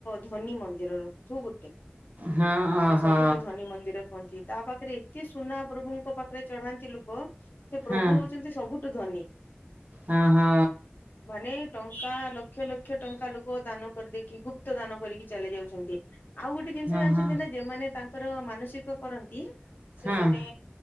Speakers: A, on the left (about 55°); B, on the right (about 40°).
A: ଧନୀ ମନ୍ଦିରରଠୁ ଗୋଟେ।
B: ହଁ ଓହୋ
A: ମାନେ ସବୁଠୁ ଧନୀ ମନ୍ଦିର କୁହନ୍ତି। ତା ପାଖରେ ଏତେ ସୁନା ପ୍ରଭୁଙ୍କ ପାଖରେ ଚଢାନ୍ତି ଲୁକ ସେ ପ୍ରଭୁ
B: ହଁ
A: ହଉଛନ୍ତି ସବୁଠୁ ଧନୀ।
B: ହଁ ହ।
A: ମାନେ ଟଙ୍କା ଲକ୍ଷ ଲକ୍ଷ ଟଙ୍କା ଲୋକ ଦାନ କରିଦେଇକି ଗୁପ୍ତ ଦାନ କରିକି ଚାଲି ଯାଉଛନ୍ତି। ଆଉ ଗୋଟେ ଜିନିଷ
B: ହଁ
A: ଜାଣିଛନ୍ତି
B: ହଁ
A: ନା ଯେମାନେ ତାଙ୍କର ମାନସିକ କରନ୍ତି ସେମାନେ
B: ହଁ